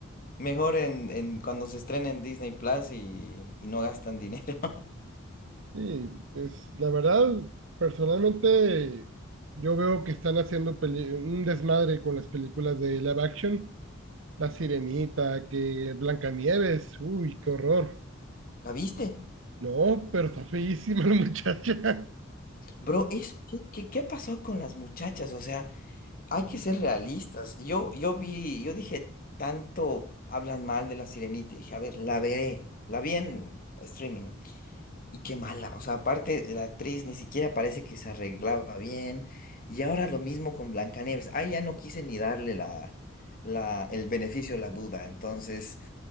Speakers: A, on the left; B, on the right.
A: Mejor en, en cuando se estrena en Disney Plus y, y no gastan dinero.
B: Sí, pues la verdad, personalmente yo veo que están haciendo peli- un desmadre con las películas de live action. La Sirenita, que Blancanieves, uy, qué horror.
A: <laughs> ¿La viste?
B: No, pero está feísima la muchacha.
A: Bro, eso, ¿qué, qué, qué pasó con las muchachas? O sea, Hay que ser realistas. Yo, yo vi, yo dije, tanto hablan mal de La Sirenita. y Dije, a ver, la veré. La vi en streaming. Y qué mala. O sea, aparte, la actriz ni siquiera parece que se arreglaba bien. Y ahora lo mismo con Blancanieves. Ahí ya no quise ni darle la, la, el beneficio de la duda. Entonces,